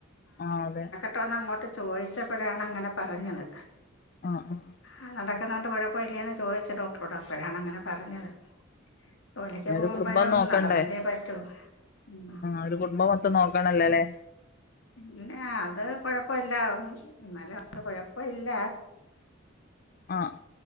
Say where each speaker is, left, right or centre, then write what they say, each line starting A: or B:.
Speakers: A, on the left; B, on the left.
A: ആഹ് അതെ.
B: ട്ടോന്ന് അങ്ങോട്ട് ചോദിച്ചപ്പഴാണ് അങ്ങനെ പറഞ്ഞത്.
A: ആഹ് ആഹ്
B: ആഹ് നടക്കുന്നൊണ്ട് കൊഴപ്പ ഇല്ലേന്ന് ചോദിച്ച് ഡോക്ടറോട് അപ്പഴാണ് അങ്ങനെ പറഞ്ഞത്. ജോലിക്ക്
A: പിന്നെ
B: പോകുമ്പഴും
A: ഒരു കുടുംബം നോക്കണ്ടേ
B: നടന്നല്ലേ പറ്റൂ. ഉം
A: അത് <unintelligible> ത്തം നോക്കണല്ലേ ല്ലേ.
B: പിന്നെ അത് കൊഴ പ്പ ഇല്ലാ. ഉം ഇന്നലെ <unintelligible> കുഴപ്പ ഇല്ല
A: ആഹ്